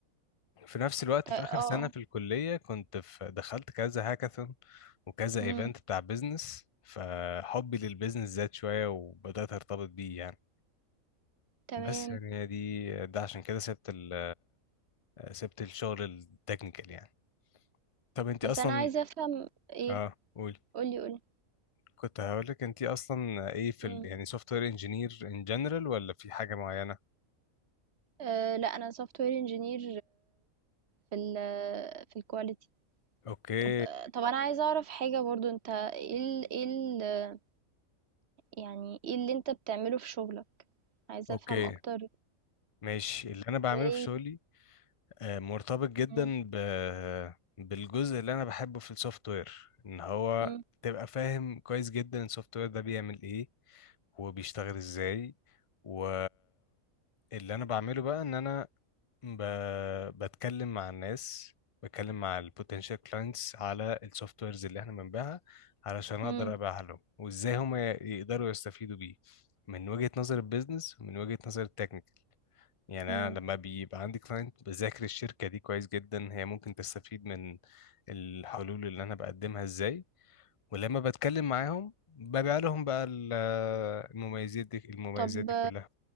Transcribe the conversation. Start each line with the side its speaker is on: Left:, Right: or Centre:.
Left: في نفس الوقت
Right: تا-
Left: في
Right: اه
Left: آخر سنة
Right: اه
Left: في الكلية كنت في دخلت كذا هاكاثون وكذا
Right: مم،
Left: ايفنت بتاع بيزنس فحبي للبيزنس زاد شوية وبدأت أرتبط بيه يعني
Right: تمام
Left: بس يعني هي دي ده عشان كده سبت ال سبت الشغل التكنيكال يعني طب انت
Right: بس
Left: أصلا
Right: انا عايزه افهم ايه
Left: اه قولي
Right: قولي قولي
Left: كنت هقولك انت أصلا ايه في
Right: مم.
Left: ال... يعني سوفت وير انجينير ان جنرال ولا في حاجة معينة؟
Right: أه لا انا سوفت وير انجينير في ال في الكواليتي
Left: اوكي
Right: طب طب انا عايزه اعرف حاجه برضو انت ايه ال ايه ال يعني ايه اللي انت بتعمله في شغلك عايزه
Left: اوكي
Right: افهم اكتر
Left: ماشي اللي انا بعمله
Right: ازاي
Left: في شغلي آه، مرتبط جدا
Right: مم،
Left: ب... بالجزء اللي انا بحبه في السوفت وير ان هو
Right: مم،
Left: تبقى فاهم كويس جدا السوفت وير ده بيعمل ايه وبيشتغل ازاي و اللي انا بعمله بقى ان انا ب... بتكلم مع الناس بتكلم مع البوتنشال كلاينتس على السوفت ويرز اللي احنا بنبيعها علشان اقدر
Right: مم،
Left: ابيعها لهم وازاي هم يقدروا يستفيدوا بيه من وجهة نظر البيزنس ومن وجهة نظر التكنيكال يعني
Right: مم.
Left: انا لما بيبقى عندي كلاينت بذاكر الشركه دي كويس جدا هي ممكن تستفيد من الحلول اللي انا بقدمها ازاي ولما بتكلم معاهم ببيع لهم بقى ال- المميزات دي المميزات
Right: طب
Left: دي كلها